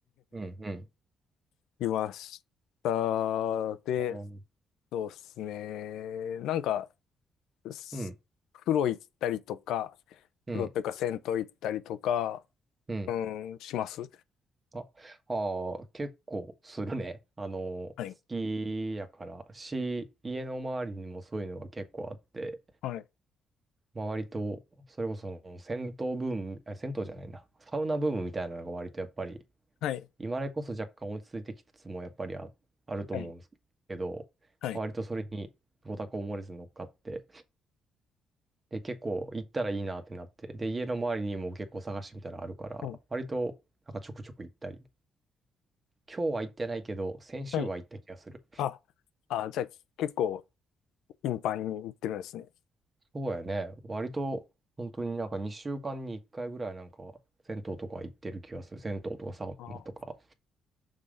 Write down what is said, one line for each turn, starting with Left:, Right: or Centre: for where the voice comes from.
Right: うん、うん、
Left: <laughs> いました。で、
Right: あー
Left: そうですね。なんか、す風呂行ったりとか、
Right: うん、うん、
Left: 風呂っていうか銭湯行ったりとか、
Right: うん。うん
Left: うん、します。
Right: あ、ああ、結構するね。あの、好きやから、
Left: はい。
Right: し、家の周りにもそういうのが結構あって、
Left: はい。
Right: まあ割と、それこそ銭湯ブーム、あ銭湯じゃないな、サウナブームみたいなのが割とやっぱり、
Left: はい。
Right: 今までこそ若干落ち着いてきつつもやっぱりあ、あると思うんですけど、
Left: はい。はい。
Right: 割とそれにご多幸漏れず乗っかって、で、結構行ったらいいなってなって、で、家の周りにも結構探してみたらあるから、
Left: はい
Right: 割となんかちょくちょく行ったり、今日は行ってないけど、先週は行った気がする。
Left: はいあ、あ、じゃあ結構頻繁に行ってるんですね。
Right: そうやね、割と本当になんか2週間に1回ぐらいなんか、銭湯とか行ってる気がする。銭湯とかサウナとか。
Left: ああ、